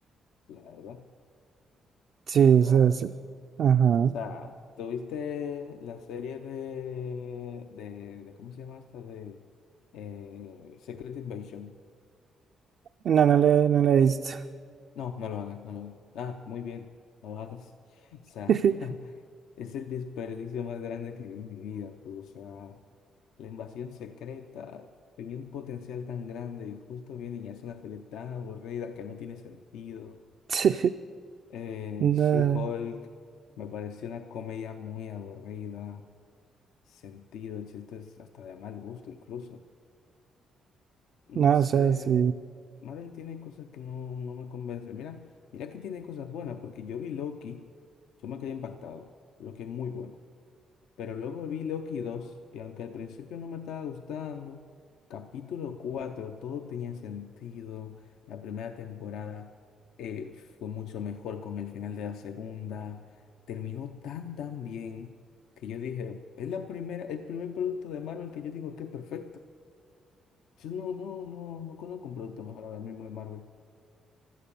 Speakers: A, on the left; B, on the right.
A: la verdad. O
B: Sí,
A: sea,
B: o sea, sí. Ajá.
A: o sea, tuviste la serie de, de, de- ¿cómo se llama esta? De eh, Secret Invasion.
B: No, no le, no le he visto.
A: No, no lo hagas, no lo hagas. Ah, muy bien, no lo hagas. O sea,
B: <laughs>
A: <laughs> Es el desperdicio más grande que vi en mi vida, pues, o sea, la invasión secreta tenía un potencial tan grande y justo vienen y hacen una serie tan aburrida que no tiene sentido.
B: Sí.
A: Eh,
B: No,
A: She-Hulk me pareció una comedia muy aburrida, sentido, chistes hasta de mal gusto incluso. No
B: no,
A: sé,
B: o sea, sí.
A: Marvel tiene cosas que no, no me convence. Mira, mira que tiene cosas buenas, porque yo vi Loki, yo me quedé impactado. Loki es muy buena. Pero luego vi Loki dos y aunque al principio no me estaba gustando, capítulo 4 todo tenía sentido. La primera temporada eh, fue mucho mejor con el final de la segunda. Terminó tan tan bien que yo dije, es la primera, el primer producto de Marvel que yo digo que es perfecto. Yo no, no, no, no conozco un producto mejor ahora mismo de Marvel.